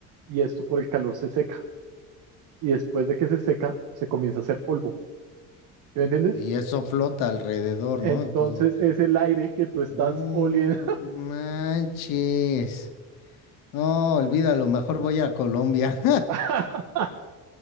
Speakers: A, on the right; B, on the left.
A: y esto por el calor se seca. Y después de que se seca, se comienza a hacer polvo. ¿Sí me entiendes?
B: Y eso flota alrededor,
A: Entonces
B: ¿no? De Todo.
A: es el aire que tú estás
B: No
A: oliendo.
B: manches. No, olvídalo, mejor voy a Colombia. <laughs>
A: <laughs>